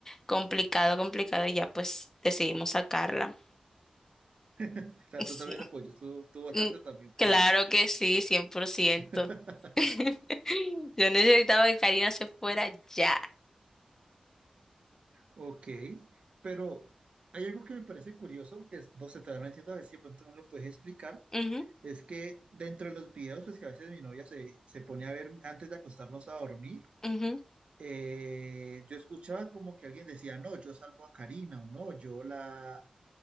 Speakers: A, on the left; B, on the right.
A: complicado, complicado y ya pues decidimos sacarla.
B: o sea,
A: <laughs>
B: tú
A: Sí.
B: también la apoyas, tú, tú votaste
A: Mm,
B: también por
A: Claro
B: ella.
A: que sí, cien por ciento
B: <laughs>
A: <laughs> Yo necesitaba que Karina se fuera ya.
B: Ok, pero hay algo que me parece curioso, que es- no sé, todavía no entiendo, a ver si de pronto me lo puedes explicar,
A: Ujú,
B: Es que dentro de los videos, pues que a veces mi novia se, se pone a ver antes de acostarnos a dormir,
A: ujú.
B: eh, yo escuchaba como que alguien decía, no, yo salvo a Karina o no, yo la,